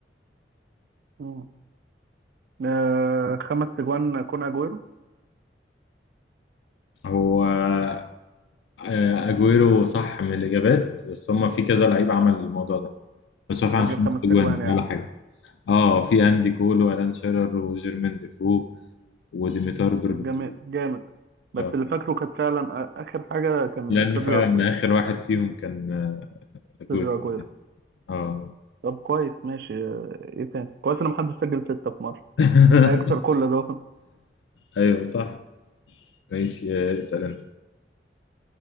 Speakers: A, on the right (about 60°); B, on the left (about 80°).
A: مم. آه خمس تجوان كون أجويرو
B: هو آه، اجويرو صح من الاجابات بس هما في كذا لعيب عمل الموضوع ده بس هو فعلا
A: سجل
B: خمس
A: خمس
B: اجوان
A: تجوان
B: دي
A: يعني
B: ولا حاجه اه في اندي كول والان شيرر وجيرمين ديفو وديميتار برباتوف
A: طب جامد جامد بس
B: اه
A: اللي فاكره كانت فعلا آ- آخر حاجة كان
B: لان
A: سيرجيو
B: فعلا
A: أجويرو
B: اخر واحد فيهم كان آه،
A: سيرجيو
B: جول
A: أجويرو
B: اه
A: طب كويس ماشي آه، ايه تاني كويس ان محدش سجل ستة في مرة
B: <laughs>
A: هيكسر كل ده <laughs>
B: ايوه صح ماشي آه، اسال انت